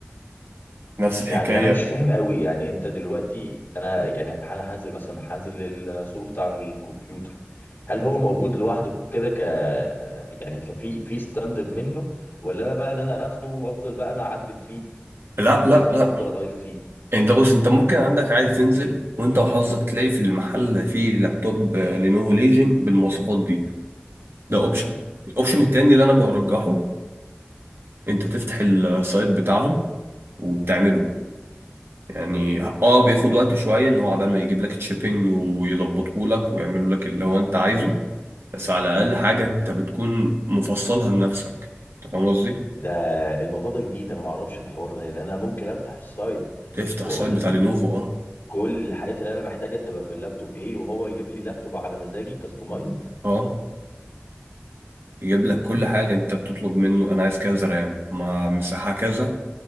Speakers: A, on the right (about 70°); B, on the left (about 55°).
A: نفس الحكايه
B: يعني انا مش فاهم قوي يعني انت دلوقتي انا يعني انا هنزل مثلا هنزل السوق بتاع الكمبيوتر هل هو موجود لوحده كده ك يعني كفي في ستاندرد منه ولا انا بقى ان انا اخده وافضل بقى انا اعدل فيه
A: لا
B: ولازم
A: لا لا
B: انا افضل اغير فيه
A: انت بص انت ممكن عندك عادي تنزل وانت وحظك تلاقي في المحل فيه لابتوب آه، لينوفو ليجن بالمواصفات دي ده اوبشن
B: حلو
A: الاوبشن التاني اللي انا برجحه انت تفتح السايت بتاعهم وبتعمله يعني اه بياخد وقت شويه ان هو عبال ما يجيب لك الشيبنج ويظبطه لك ويعملوا لك اللي هو انت عايزه بس على الاقل
B: امم
A: حاجه انت بتكون مفصلها لنفسك انت فاهم قصدي
B: ده الموضوع ده جديد انا ما اعرفش الحوار ده يعني انا ممكن افتح السايت
A: تفتح
B: واقول
A: سايت بتاع
B: له
A: لينوفو اه
B: كل الحاجات اللي انا محتاجها تبقى في اللابتوب ايه وهو يجيب لي لابتوب على مزاجي كاستمايزد
A: اه يجيب
B: ايه
A: لك
B: ده جامد
A: كل حاجه
B: ده
A: انت بتطلب منه انا عايز كذا رام مع مساحه كذا